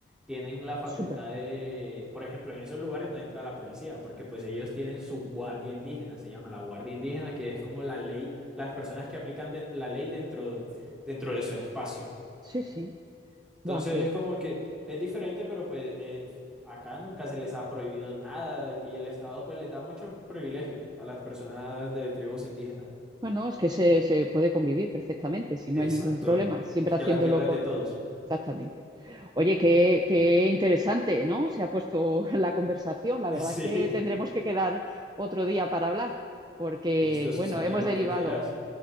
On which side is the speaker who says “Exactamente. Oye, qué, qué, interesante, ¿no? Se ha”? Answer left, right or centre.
Right